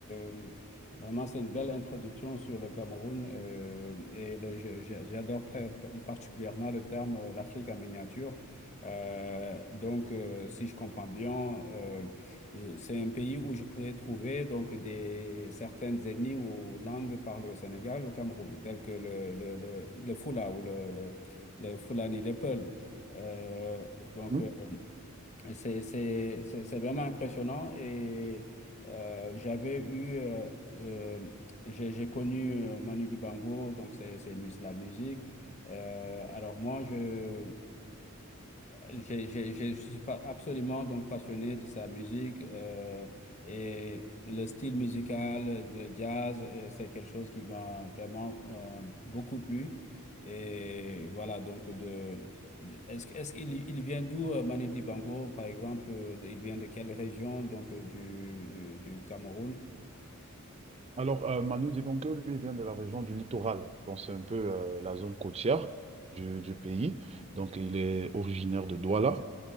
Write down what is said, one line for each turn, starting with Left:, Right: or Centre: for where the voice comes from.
Left: euh, vraiment c'est une belle introduction sur le Cameroun euh, et le- je- je- j'adore très- particulièrement le terme euh, l'Afrique en miniature. Euh, donc, euh, si je comprends bien, euh, je- c'est un pays où je pourrais trouver donc des certaines ethnies ou langues parlées au Sénégal, au Cameroun, telles que le, le, le, le Fula ou le, le, le Fulani, les Peuls. Euh, donc
Right: Hmm
Left: euh, c'est, c'est, c'est- c'est vraiment impressionnant et euh, j'avais eu, euh, euh, j'ai j'ai connu euh, Manu Dibango, donc c'est c'est mus- la musique. Euh, alors moi, je, j'ai- j'ai- Je suis pas absolument donc passionné de sa musique euh, et le style musical, euh, le jazz, euh, c'est quelque chose qui m'a vraiment euh, beaucoup plu. Et voilà, donc de, de- est-ce, que- est-ce qu'il il vient d'où euh, Manu Dibango, par exemple, euh, il vient de quelle région donc euh, du, du, du Cameroun?
Right: Alors, euh, Manu Dibango, lui, vient de la région du littoral, donc c'est un peu euh, la zone côtière du, du pays. Donc, il est originaire de Douala.